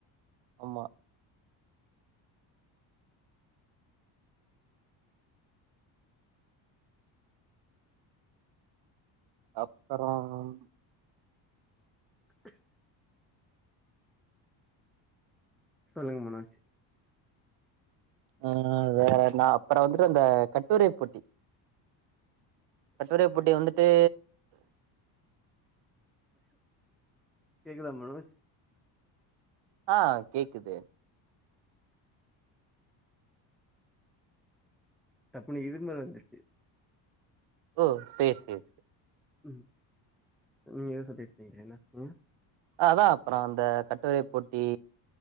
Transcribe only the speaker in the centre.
<inaudible> சொல்லுங்க மனோஜ்
கேக்குதா மனோஜ்
டப்புன்னு இரும்பல் வந்துடுச்சி
ம் நீங்க எதோ சொல்லிட்டு இருந்தீங்களே என்னா சொன்னிங்க